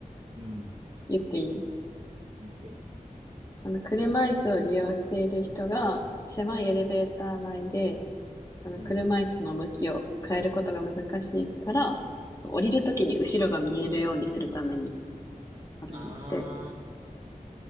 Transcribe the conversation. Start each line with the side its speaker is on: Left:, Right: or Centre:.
Right: うん、
Left: 言っていい
Right: 言って。
Left: あの、車椅子を利用している人が、狭いエレベーター内で、あの、
Right: うん。
Left: 車椅子の向きを変えることが難しいから、降りるときに後ろが見えるようにするためにあるねって。
Right: ああ、